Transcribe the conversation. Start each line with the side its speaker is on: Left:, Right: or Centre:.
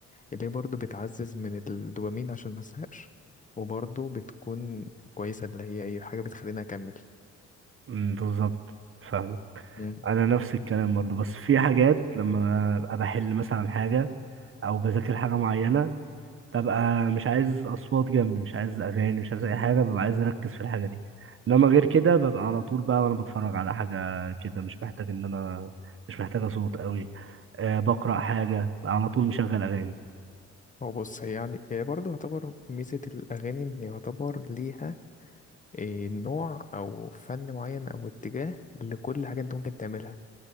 Left: اللي هي برضه بتعزز من الدوبامين عشان مزهقش وبرضه بتكون كويسة اللي هي أي حاجة بتخليني أكمل
Right: أمم، بالظبط فاهم
Left: مم.
Right: انا نفس الكلام برضو بس في حاجات لما ابقى بحل مثلا حاجه او بذاكر حاجه معينه ببقى مش عايز اصوات جنبي مش عايز اغاني مش عايز اي حاجه ببقى عايز اركز في الحاجه دي انما غير كده ببقى على طول بقى وانا بتفرج على حاجه كده مش محتاج ان انا مش محتاجه صوت قوي أه بقرا حاجه ببقى على طول مشغل اغاني
Left: هو بص هي يعني هي برضه يعتبر ميزة الأغاني إن يعتبر ليها إيه نوع او فن معين او اتجاه لكل حاجه انت ممكن تعملها